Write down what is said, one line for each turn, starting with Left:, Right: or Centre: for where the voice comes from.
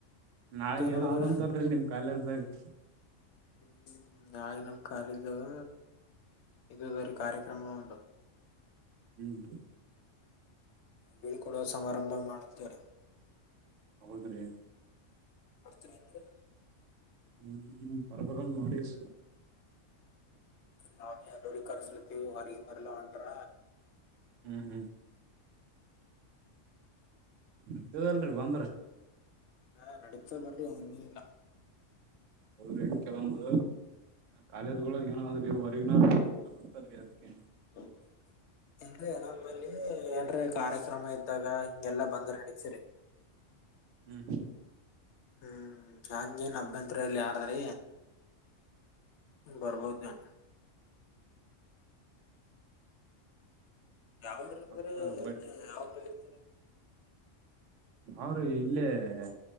Right: ನಾಳೆಗ
Left: ಏನ್ ನಡದದ್ರಿ
Right: ಏನೋ ಅದಂತ್ರಲ್ಲಿ ನಿಮ್ಮ ಕಾಲೇಜ್ದಾಗ -
Left: ಹ್ಮ ನಾಳೆ ನಮ್ ಕಾಲೇಜ್ದಾಗ ಇದು ಅದೇರಿ ಕಾರ್ಯಕ್ರಮ ಒಂದ್
Right: ಹ್ಮ್ ರಿ
Left: ಬೀಳ್ಕೊಡುವ ಸಮಾರಂಭ ಮಾಡುತ್ತೇವ್ರಿ.
Right: ಹೌದ್ರೀ-
Left: <inaudible>
Right: ಹ್ಮ್ ಹೊರಗ ಬರೋವಾಗ ನೋಡಿಲ್ರಿ.
Left: ನಾವ ಎಲ್ಲರಿಗೂ ಕರ್ಸ್ಲತಿವ ಹೊರಗಿಂದವರೆಲ್ಲ ಹೊಂಟಾರ.
Right: ಹ್ಮ್ ಹ್ಮ್ ಇರ್ತೀವಅಲ್ರಿ ಬಂದ್ರ
Left: ಹಾ ನಡೀತದ ಬರ್ರಿ ಹಾಂಗೇನಿಲ್ಲ.
Right: ಹೌದ್ರಿ ಕೆಲವೊಂದು ಕಾಲೇಜ್ಗಳಳ ಏನೋದ್ರಿ ಹೊರ್ಗಿನರ್ <unintelligible> ಅಂತಾರೀ ಅದಕ್ಕೆ
Left: <unintelligible> ಇಲ್ರಿ ನಮ್ಮಬಲ್ಲಿ ಏನ್ರ ಕಾರ್ಯಕ್ರಮ ಇದ್ದಾಗ ಹಿಂಗೆಲ್ಲಾ ಬಂದ್ರ ನಡೀತದರಿ.
Right: ಹ್ಮ್
Left: ಹ್ಮ್ ಹಂಗೇನ ಅಭ್ಯಂತರ ಇಲ್ರಿ ಯಾರದ್ರಿ - ಬರ್ಬೋದ ನೀವ. ಯಾವ್ದರು ಅಂದ್ರ
Right: ಮತ್ತ
Left: <unintelligible>
Right: ಬಟ್
Left: ಯಾವ್ದರ -
Right: ನಾವ್ ರಿ ಇಲ್ಲೆರಿ